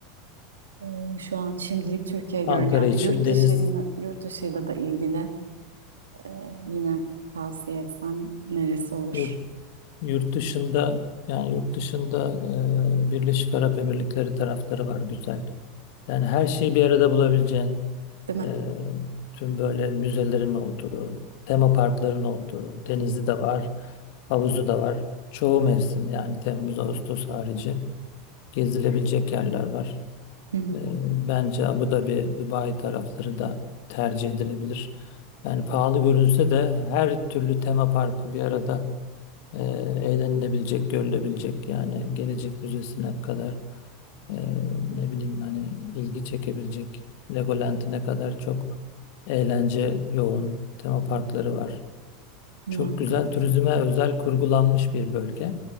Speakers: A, on the right (about 80°); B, on the left (about 60°).
A: Ee, şu an şimdilik Türkiye görünüyor
B: Ankara
A: ama
B: için
A: yurt
B: deniz,
A: dışıyla, yurt dışıyla da ilgili e, yine tavsiye etsen neresi olur?
B: yurt. Yurt dışında yani yurt dışında e, Birleşik Arap Emirlikleri tarafları var güzel. Yani her şeyi bir arada bulabileceğin
A: Değil mi?
B: e, tüm böyle müzelerin olduğu, tema parkların olduğu, denizi de var, havuzu da var. Çoğu mevsim yani Temmuz, Ağustos harici gezilebilecek yerler var.
A: Hı hı,
B: E, bence Abu Dhabi, Dubai tarafları da tercih edilebilir. Yani pahalı görünse de her türlü tema parkı bir arada e, eğlenilebilecek, görülebilecek yani gelecek müzesine kadar e, ne bileyim hani ilgi çekebilecek Legoland'ine kadar çok eğlence yoğun tema parkları var.
A: muhakkak.
B: Çok güzel turizme özel kurgulanmış bir bölge.